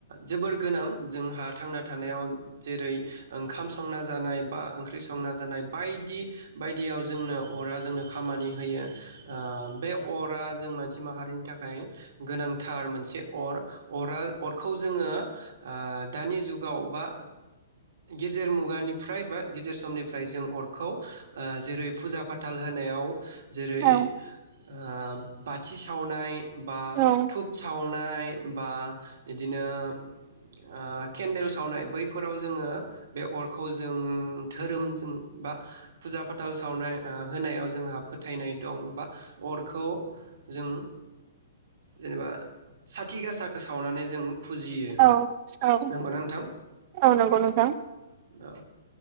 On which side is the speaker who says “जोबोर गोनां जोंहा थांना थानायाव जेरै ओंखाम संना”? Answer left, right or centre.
Right